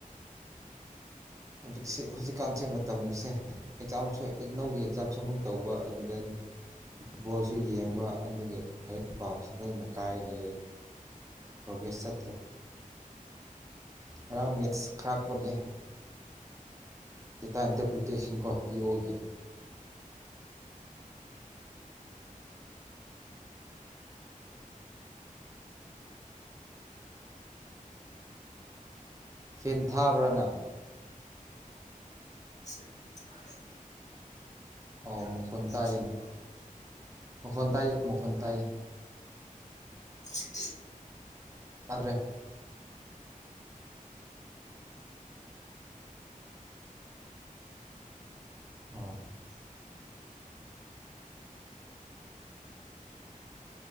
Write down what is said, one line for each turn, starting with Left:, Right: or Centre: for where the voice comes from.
Right: ꯍꯧꯛ ꯍꯧꯖꯤꯛꯀꯥꯟꯁꯦ ꯃꯇꯝꯁꯦ ꯑꯦꯛꯖꯥꯝꯁꯨ ꯏꯅꯧꯒꯤ ꯑꯦꯛꯖꯥꯝꯁꯨ ꯑꯃꯨꯛ ꯇꯧꯕ ꯑꯦꯟ ꯗꯦꯟ ꯐꯨꯠꯕꯣꯜꯁꯨ ꯌꯦꯡꯕ ꯑꯗꯨꯗꯒꯤ ꯍꯩꯛ ꯄꯥꯕꯁꯤ ꯐꯖꯅ ꯀꯥꯏꯔꯦ ꯄ꯭ꯔꯣꯒ꯭ꯔꯦꯁ ꯆꯠꯇ꯭ꯔꯦ ꯉꯔꯥꯡ ꯃꯦꯠꯁ ꯈꯔ ꯈꯣꯠꯂꯦ ꯦꯇ ꯏꯟꯇꯔꯄ꯭ꯔꯤꯇꯦꯁꯟ ꯀꯣ ꯄꯤ ꯑꯣꯑꯣꯒꯦ ꯐꯦꯟ ꯊꯥꯕ꯭ꯔꯥꯅ
Left: ꯁꯦꯟꯟ ꯃ ꯊꯥꯏ ꯑ
Right: ꯑꯣ
Left: ꯌꯥꯗ
Right: ꯃꯈꯣꯟ
Left: ꯄ꯭ꯔꯣ ꯃꯨꯀꯣꯟꯁꯤꯕ꯭ꯔꯣ
Right: ꯇꯥꯏꯌꯦꯅꯦ
Left: <inaudible>
Right: ꯃꯈꯣꯟ ꯇꯏꯌꯦ ꯃꯈꯣꯟ ꯇꯏꯌꯦ
Left: ꯍꯦꯖꯤꯛꯇꯤ
Right: ꯇꯥꯗ꯭ꯔꯦ ꯑꯣ